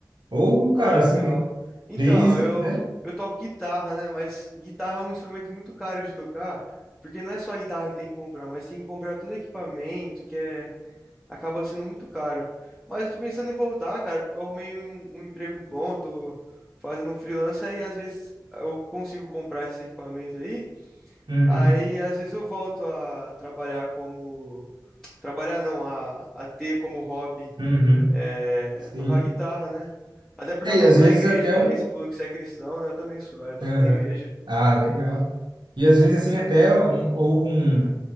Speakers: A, on the right (about 85°); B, in the centre.
A: ou, cara,
B: Ah, legal.
A: assim,
B: Então,
A: desde,
B: eu
A: né?
B: eu toco guitarra, né? Mas guitarra é um instrumento muito caro de tocar, porque não é só a guitarra que tem que comprar, mas tem que comprar todo equipamento, que é acaba sendo muito caro. Mas eu tô pensando em voltar, cara, porque eu arrumei um, um emprego bom, tô fazendo um freelancer e às vezes eu consigo comprar esses equipamentos aí.
A: Uhum,
B: Aí às vezes eu volto a trabalhar como. Trabalhar não, a, a ter como hobby
A: uhum,
B: é,
A: sim.
B: tocar guitarra, né? Até porque
A: É,
B: eu toco
A: e às vezes
B: na igreja
A: até
B: também,
A: um...
B: você falou que você é cristão, né? Eu também sou, aí eu toco
A: Aham.
B: na igreja.
A: Ah, legal. E às vezes, assim, até um, ou um,